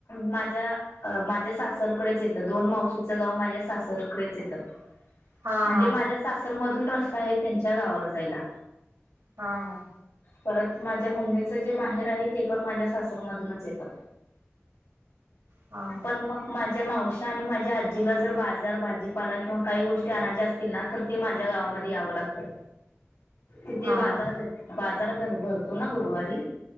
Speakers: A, on the left; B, on the right.
A: माझ्या अ माझ्या सासरकडेच येतं दोन मावशीचं गाव माझ्या सासरकडेच येतं
B: हा
A: म्हणजे
B: हा
A: माझ्या सासरमधून र स्ता त्यांच्या गावाला जायला
B: हा हा
A: परत माझ्या मम्मीचं े माहेर आहे ते पण माझ्या सासर मधूनच येतं
B: हा
A: पण मग माझ्या मावशी आणि माझ्या आजीला जर बाजार भाजीपाला किंवा काही गोष्टी आणायच्या असतील ना तर ते माझ्या गावामध्ये यावं लागतं. तिथे
B: हा
A: बाजार
B: हा
A: भेट बाजा जर भरतो ना गुरुवारी,